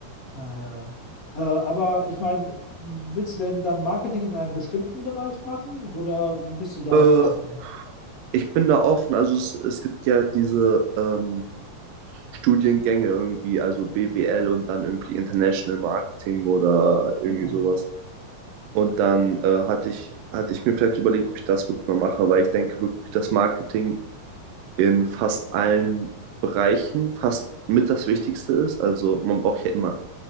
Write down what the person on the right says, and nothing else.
Äh,
ich bin da offen. Also es, es gibt ja diese ähm, Studiengänge irgendwie, also BWL und dann irgendwie International Marketing oder irgendwie
sowas. Und dann äh, hatte ich, hatte ich mir vielleicht überlegt, ob ich das wirklich mal mache, weil ich denke wirklich, dass Marketing in fast allen Bereichen fast mit das Wichtigste ist. Also man braucht ja immer,